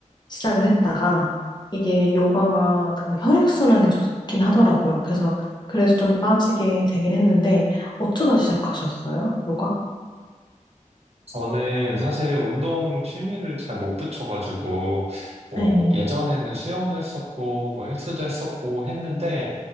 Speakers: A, on the left; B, on the right.
A: 시작을 했다가 이게 요가가 그 혈액순환에 좋긴 하더라고요. 그래서, 그래서 좀 빠지게 되긴 했는데 어쩌다 시작하셨어요? 요가?
B: 저는 사실 운동 취미를 잘 못 붙여가지고 뭐
A: 네.
B: 예전에는 수영도 했었고 뭐 헬스도 했었고 했는데